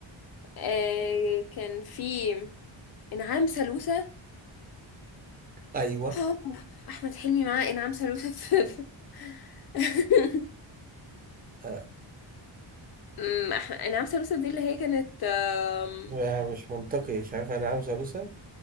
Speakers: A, on the left (about 50°); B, on the right (about 20°).
A: آه كان فيه انعام سالوسة
B: ايوه
A: آه، احمد حلمي معاه انعام سالوسة في في- <laughs>
B: آه.
A: أمم، أح- انعام سالوسة دي اللي هي كانت آم،
B: لا، مش منطقي مش عارف انعام سالوسة